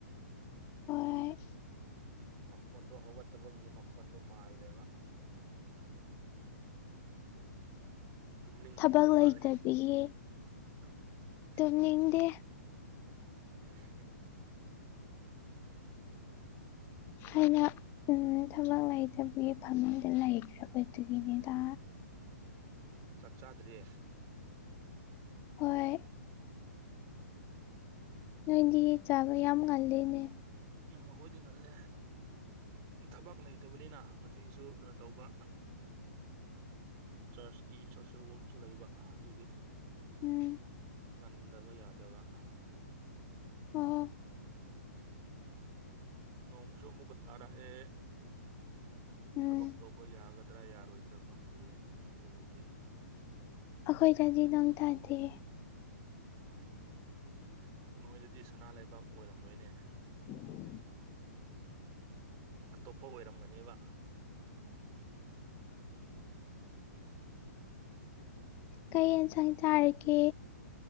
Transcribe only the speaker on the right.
ꯃꯈꯣꯟꯗꯣ ꯍꯧꯒꯠꯇꯕꯒꯤ ꯃꯈꯣꯟꯗꯣ ꯃꯥꯜꯂꯦꯕ ꯇꯨꯝꯅꯤꯡꯉꯤꯕ
ꯃꯥꯜꯂꯦ <inaudible>
ꯎꯝ
ꯎꯝ ꯆꯥꯛ ꯆꯥꯗ꯭ꯔꯤꯌꯦ
ꯎꯝ
ꯎꯝ ꯑꯩꯈꯣꯏꯗꯤ ꯉꯜꯂꯦ ꯊꯕꯛ ꯂꯩꯇꯕꯅꯤꯅ ꯉꯁꯤꯁꯨ ꯀꯩꯅꯣ ꯇꯧꯕ ꯆꯔꯆꯀꯤ ꯁꯣꯁꯦꯜ ꯋꯛꯁꯨ ꯂꯩꯕ ꯑꯗꯨꯒꯤ
ꯉꯟꯗꯕ ꯌꯥꯗꯕ
ꯅꯣꯡꯁꯨ ꯑꯃꯨꯛꯀ ꯇꯥꯔꯛꯑꯦ
ꯊꯕꯛ ꯇꯧꯕ ꯌꯥꯒꯗ꯭ꯔꯥ ꯌꯥꯔꯣꯏꯗ꯭ꯔꯥ ꯈꯪꯗꯦꯌꯦ ꯑꯗꯨꯕꯨꯗꯤ
ꯎꯝ ꯅꯣꯏꯗꯗꯤ ꯁꯅꯥ ꯂꯩꯕꯥꯛ ꯑꯣꯏꯔꯝ ꯃꯣꯏꯅꯦ
ꯑꯇꯣꯞꯄ ꯑꯣꯏꯔꯝꯒꯅꯦꯕ